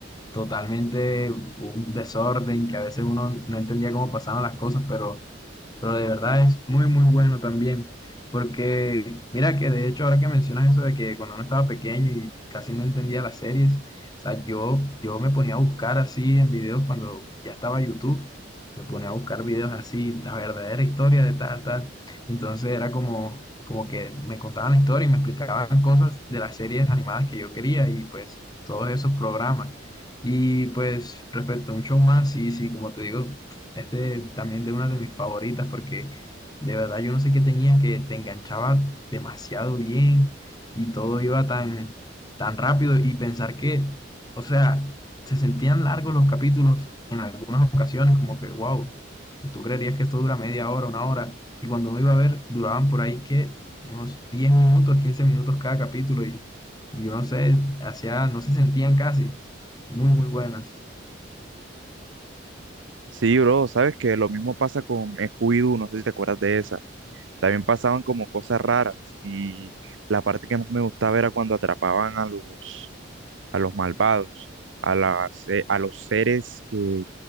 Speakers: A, on the left; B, on the right.
A: totalmente un desorden, que a veces uno no entendía cómo pasaban las cosas, pero pero de verdad es muy, muy bueno también. Porque mira que de hecho ahora que mencionas eso de que cuando uno estaba pequeño y casi no entendía las series, o sea, yo, yo me ponía a buscar así en videos cuando ya estaba YouTube, me ponía a buscar videos así, la verdadera historia de tal, tal. Entonces era como, como que me contaban la historia y me explicaban cosas de las series animadas que yo quería y pues todos esos programas. Y pues respecto a un show más, sí, sí, como te digo, es de- también de una de mis favoritas porque de verdad yo no sé qué tenía que te enganchaba demasiado bien y todo iba tan, tan rápido y pensar que, o sea, se sentían largos los capítulos en algunas ocasiones, como que, wow, tú creerías que esto dura media hora, una hora, y cuando uno iba a ver, duraban por ahí que unos 10 minutos, 15 minutos cada capítulo y, y yo no sé, hacía, no se sentían casi, muy, muy buenas.
B: Sí, bro, sabes que lo mismo pasa con Scooby-Doo, no sé si te acuerdas de esa. También pasaban como cosas raras y la parte que más me gustaba era cuando atrapaban a los, a los malvados, a las, eh, a los seres que,